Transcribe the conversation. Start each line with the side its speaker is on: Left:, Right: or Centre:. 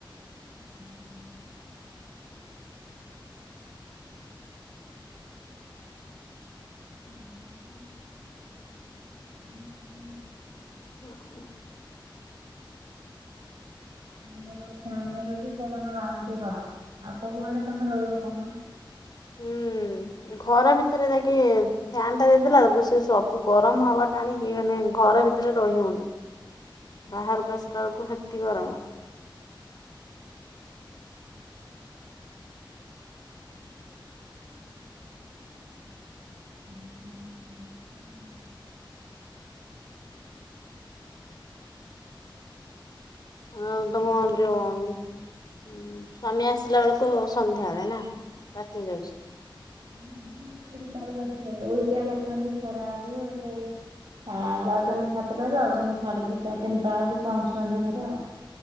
Right: ହୁଁ ହୁଁ। <unintelligible>
Left: ହଁ।
Right: ଆମର ଫ୍ୟାନରେ ବି ପବନ ବାହାରୁଚି ଗ ଲରମ ଆଉ କୋଉଆଡେ ତମେ ରହିବ କହୁନ।
Left: ହୁଁ। ଘର ଭିତରେ ଯାଇକି ଫ୍ୟାନ ଟା ଦେଇଦେଲା ବେଳକୁ ତାକୁ ସେ ସବୁ ଗରମ ହବା ଟା ଆଣିକି ମାନେ ଘର ଭିତରେ ରହିହଉନି ବାହାରକୁ ଆସିଲା ବେଳକୁ ସେତି ଗରମ।
Right: <unintelligible>
Left: ଆ ତମର ଯୋଉ ହୁଁ ସ୍ୱାମୀ ଆସିଲା ବେଳକୁ ସନ୍ଧ୍ୟା ହୁଏ ନା ରାତି ହେଇଯାଉଛି
Right: ନାଇଁ ସାଡେ ଗୋଟାଏ ବେଳକୁ ଆସ ସେ ଓଳିକିଆ କରୁଛନ୍ତି ଖରାରୁ ସେଇ ଆ ଯାଉଛନ୍ତି ସାତଟାରୁ ଯାଉଛନ୍ତି ସାଢେ ଦିଟା ତିନିଟା ବେଳକୁ ପହଞ୍ଚୁଛନ୍ତି ଘରେ ଆଉ।